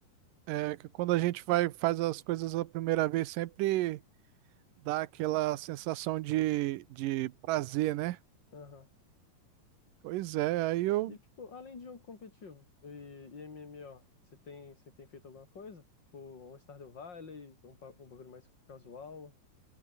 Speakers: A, on the right; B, on the left.
A: É que quando a gente vai faz as coisas a primeira vez, sempre dá aquela sensação de, de prazer, né?
B: Aham.
A: Pois é, aí eu,
B: E, tipo, além de jogo competitivo e, e m m o você tem, você tem feito alguma coisa? Tipo, um Stardew Valley, um, pa- um bagulho mais casual?